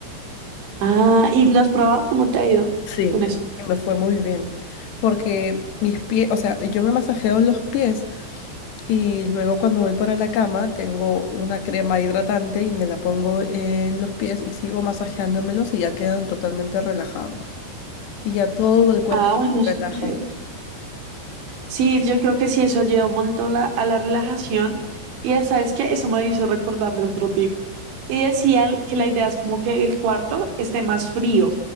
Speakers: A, on the right; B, on the left.
A: Ah, ¿y lo has probado? ¿Cómo te ha ido
B: Sí,
A: con eso?
B: y me fue muy bien, porque mis pies, o sea, yo me masajeo los pies y luego cuando voy para la cama tengo una crema hidratante y me la pongo en los pies y sigo masajeándomelos y ya quedan totalmente relajados. Y ya todo el cuerpo
A: Ah, bueno,
B: se
A: súper.
B: relaja.
A: Sí, yo creo que sí, eso ayuda un montón la- a la relajación. Y ya sabes que eso me hizo recordar de otro tip. Y decían que la idea es como que el cuarto esté más frío.